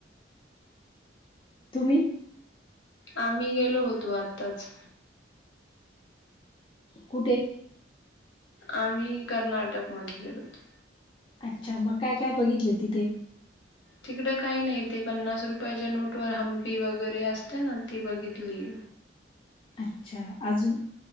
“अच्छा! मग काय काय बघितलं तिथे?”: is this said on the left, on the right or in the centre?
Left